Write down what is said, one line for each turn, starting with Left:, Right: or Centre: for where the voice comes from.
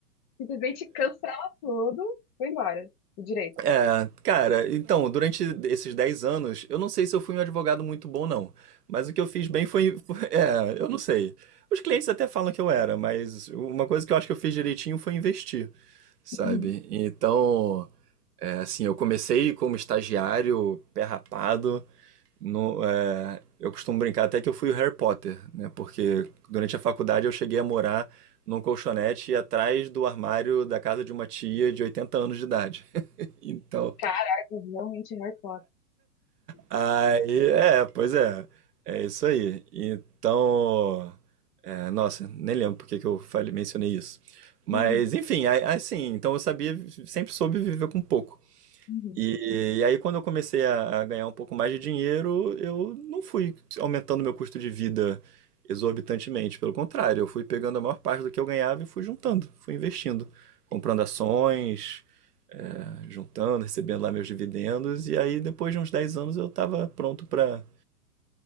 Left: Simplesmente cancela tudo, foi embora, o direito.
Right: É, cara, então, durante esses 10 anos, eu não sei se eu fui um advogado muito bom, não. Mas o que eu fiz bem foi. foi- É, eu não sei. Os clientes até falam que eu era, mas uma coisa que eu acho que eu fiz direitinho foi investir, sabe?
Left: Uhum.
Right: Então, é, assim, eu comecei como estagiário, pé rapado. No, é, eu costumo brincar até que eu fui o Harry Potter, né? Porque durante a faculdade eu cheguei a morar num colchonete atrás do armário da casa de uma tia de 80 anos de idade. <laughs> Então.
Left: Caraca, realmente Harry Potter.
Right: Aí, é, pois é. É isso aí. Então, é, nossa, nem lembro porque que eu falei, mencionei isso. Mas,
Left: Uhum,
Right: enfim, aí- assim, então eu sabia, sempre soube viver com pouco.
Left: uhum.
Right: E, e aí, quando eu comecei a, a ganhar um pouco mais de dinheiro, eu não fui aumentando meu custo de vida exorbitantemente. Pelo contrário, eu fui pegando a maior parte do que eu ganhava e fui juntando, fui investindo, comprando ações, é, juntando, recebendo lá meus dividendos. E aí, depois de uns 10 anos, eu estava pronto para